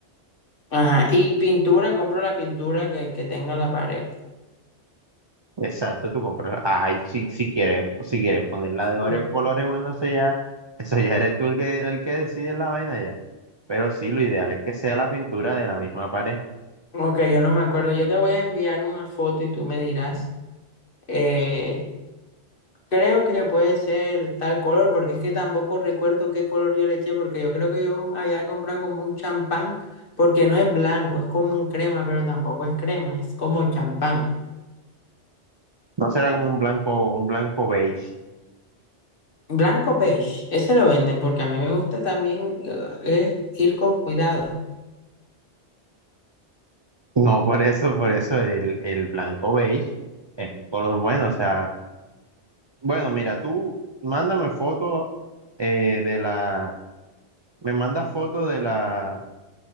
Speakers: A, on the left; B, on the right.
A: Ajá. Y pintura, compro la pintura que, que tenga la pared.
B: Exacto, tú compras. Ay, si, si quieres, si quieres ponerla de varios
A: Mm.
B: colores, bueno, eso ya, eso ya eres tú el que, el que decide la vaina ya. Pero sí, lo ideal es que sea la pintura de la misma pared.
A: Ok, yo no me acuerdo. Yo te voy a enviar una foto y tú me dirás. eh, creo que puede ser tal color, porque es que tampoco recuerdo qué color yo le eché, porque yo creo que yo había comprado como un champán, porque no es blanco, es como un crema, pero tampoco es crema, es como champán.
B: No será como un blanco, un blanco beige.
A: Blanco beige, ese lo venden porque a mí me gusta también eh, es ir con cuidado.
B: No, por eso, por eso el, el blanco beige es un color bueno. O sea, bueno, mira, tú mándame foto eh, de la, me mandas foto de la,